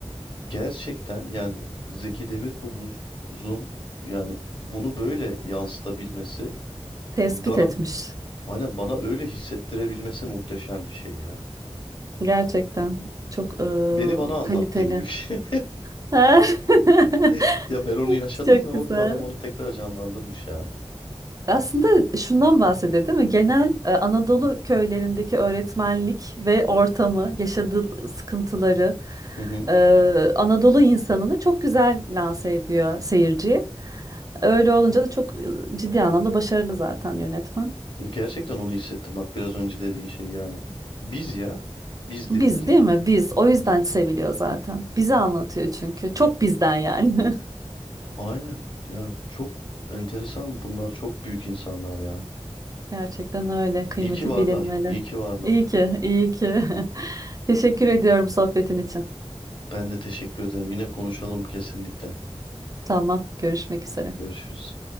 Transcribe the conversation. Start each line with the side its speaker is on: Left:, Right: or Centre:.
Left: gerçekten yani Zeki Demirkubuz'un yani bunu böyle yansıtabilmesi
Right: Tespit
Left: bana
Right: etmiş.
Left: aynen bana öyle hissettirebilmesi muhteşem bir şey ya.
Right: Gerçekten çok e,
Left: Beni bana anlattı
Right: kaliteli.
Left: gibi bir şey.
Right: <laughs>
Left: <laughs> Ya ben onu yaşadım
Right: Çok
Left: ve orada
Right: güzel.
Left: adam onu tekrar canlandırmış yani.
Right: Aslında şundan bahsediyor değil mi? Genel e, Anadolu köylerindeki öğretmenlik ve ortamı, yaşadığı sıkıntıları
Left: Hı hı.
Right: e, Anadolu insanını çok güzel lanse ediyor seyirciye. Öyle olunca da çok e, ciddi anlamda başarılı zaten yönetmen.
Left: Ya Gerçekten onu hissettim bak biraz önce dediğin şey yani. Biz ya. Biz
Right: Biz
Left: direkt yani.
Right: değil mi? Biz. O yüzden seviliyor zaten. Bizi anlatıyor çünkü. Çok bizden yani. <laughs>
Left: Aynen. Ya çok enteresan bunlar çok büyük insanlar ya.
Right: Gerçekten öyle. Kıymeti
Left: İyi ki varlar.
Right: bilinmeli.
Left: İyi ki varlar.
Right: İyi ki, iyi ki. <laughs> Teşekkür ediyorum sohbetin için.
Left: Ben de teşekkür ederim. Yine konuşalım kesinlikle.
Right: Tamam, görüşmek üzere.
Left: Görüşürüz.